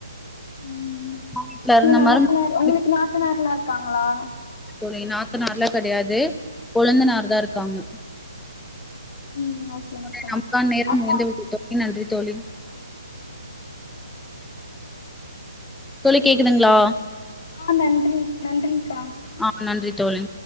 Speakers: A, on the left; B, in the centre.
A: உம்
B: வீட்ல இருந்த
A: உங்க நாத்தனார்
B: மாரி
A: உங்களுக்கு நாத்தனார் எல்லா இருக் க்காங்களா
B: தோழி நாத்தனார்லா கிடையாது குழுந்தனார் தா இருக்காங்க
A: ம் ஓகேங்க்கா
B: நமக்கான நேரம்
A: அப்பா
B: முடிந்து விட்டது தோளி நன்றி தோழி தோழி கேக்குதுங்களா
A: ஆ நன்றிங் நன்றிங்க்கா
B: ஆ நன்றி தோழி